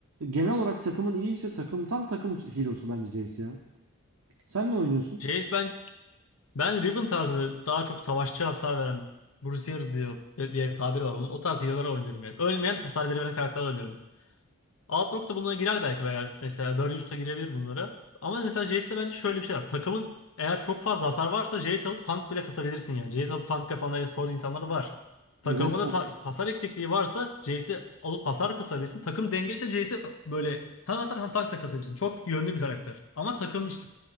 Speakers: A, on the right; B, on the left.
A: Genel olarak takımın iyiyse takım tam takım hero'su bence Jayce ya. Sen ne oynuyorsun?
B: Jayce bence Ben Riven tarzı daha çok savaşçı hasar veren Bruiser diye, diye tabiri var onun. O tarz healer'lar oynuyorum yani. Ölmeyen hasar veren karakterler oynuyorum. Aatrox da bunlara girer belki veya mesela Darius da girebilir bunlara. Ama mesela Jayce'de bence şöyle bir şey var. Takımın eğer çok fazla hasar varsa Jayce alıp tank bile kısabilirsin yani. Jayce alıp tank yapan e-sporcu insanlar var. Takımında
A: Evet, Okt
B: ta- hasar eksikliği varsa Jayce'i alıp hasar kısabilirsin. Takım dengeliyse Jayce'i böyle hem hasar hem tank da kısabilirsin. Çok yönlü bir karakter. Ama takım iş-